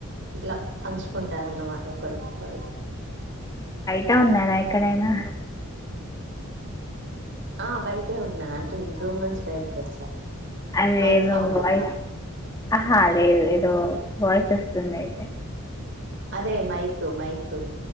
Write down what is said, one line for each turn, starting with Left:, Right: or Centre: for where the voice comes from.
Right: ఇట్లా పంచుకుంటారు అన్నమాట ఒక్కరికొక్కరు
Left: ట ఉన్నారా ఎక్కడైనా
Right: ఆ బయటే ఉన్నా అన్ రూమ్ నుంచి బయటకు వచ్చా
Left: అదేమో
Right: బైక్ సౌండ్
Left: వాయిస్
Right: ఒత్తాంది
Left: ఆహా లేదు ఏదో వాయిస్ వస్తుంది. అయితే
Right: అదే. Mic mic.